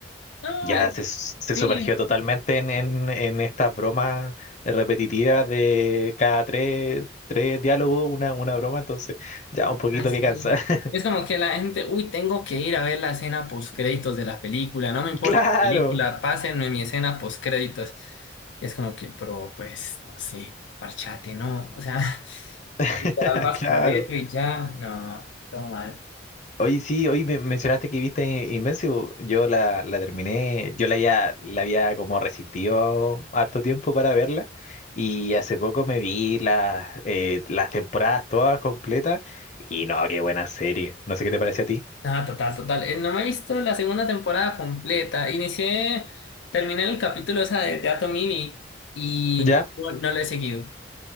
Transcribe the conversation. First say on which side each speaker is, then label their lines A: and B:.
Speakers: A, on the left; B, on the left.
A: No,
B: Ya
A: eh,
B: se, s- se
A: sí.
B: sumergió totalmente en, en, en estas bromas repetitivas de cada tres, tres diálogos, una, una broma, entonces ya un poquito
A: Así.
B: que cansa. <laughs>
A: Es como que la gente, uy, tengo que ir a ver la escena postcréditos de la película, no me importa
B: Claro,
A: la película, pásenme mi escena postcréditos. Y es como que, pero pues, no sé, parchate, ¿no? O sea, <laughs>
B: <laughs>
A: literal vas
B: claro.
A: por eso y ya, no, todo mal.
B: Oye, sí, hoy me- mencionaste que viste Invencible. Yo la, la terminé, yo la había, la había como resistido harto tiempo para verla y hace poco me vi las eh, las temporadas todas completas y no, qué buena serie. No sé qué te parece a ti.
A: No, total, total. Eh, No me he visto la segunda temporada completa. Inicié, terminé el capítulo esa de, de Atom Ivy y
B: ¿Ya?
A: no, no lo he seguido.